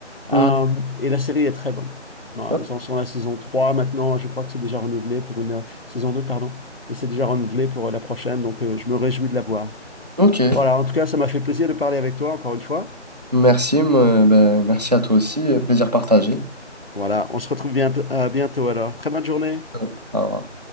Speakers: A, on the right; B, on the left.
A: Mhm.
B: Euh, et la série est très bonne. Voilà,
A: Mhm.
B: ils en sont à la saison 3 maintenant. Je crois que c'est déjà renouvelé pour une Euh, saison 2, pardon. Et c'est déjà renouvelé pour euh, la prochaine. Donc, euh, je me réjouis de la voir.
A: Ok.
B: Voilà, en tout cas, ça m'a fait plaisir de parler avec toi encore une fois.
A: Merci, moi, ben, merci à toi aussi. euh, Plaisir partagé.
B: Voilà, on se retrouve bien, euh, bientôt alors. Très bonne journée.
A: Euh, au revoir.